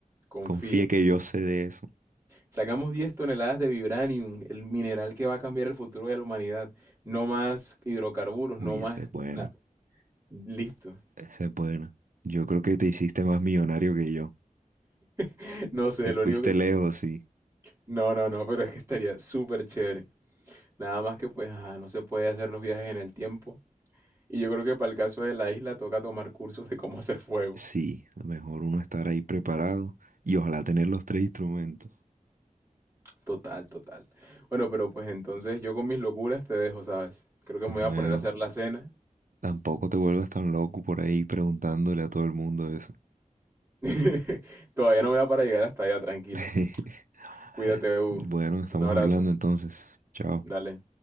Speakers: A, on the right; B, on the right.
A: Confíe.
B: Confíe que yo sé de eso.
A: Sacamos 10 toneladas de vibranium, el mineral que va a cambiar el futuro de la humanidad. No más hidrocarburos,
B: Uy,
A: no más
B: esa es buena.
A: nada. Listo.
B: Esa es buena. Yo creo que te hiciste más millonario que yo.
A: <laughs> No sé,
B: Te
A: lo
B: fuiste
A: único que...
B: lejos,
A: te-
B: sí.
A: No, no, no, pero es que estaría súper chévere. Nada más que pues, ajá, no se puede hacer los viajes en el tiempo. Y yo creo que para el caso de la isla toca tomar cursos de cómo hacer fuego.
B: Sí, mejor uno estar ahí preparado y ojalá tener los tres instrumentos.
A: Total, total. Bueno, pero pues entonces yo con mis locuras te dejo, ¿sabes? Creo que me voy
B: Bueno,
A: a poner a hacer la cena.
B: tampoco te vuelvas tan loco por ahí preguntándole a todo el mundo eso.
A: <laughs> Todavía no me da para llegar hasta allá, tranquilo.
B: <laughs>
A: Cuídate, Hugo.
B: Bueno, estamos
A: Un abrazo.
B: hablando entonces. Chao.
A: dale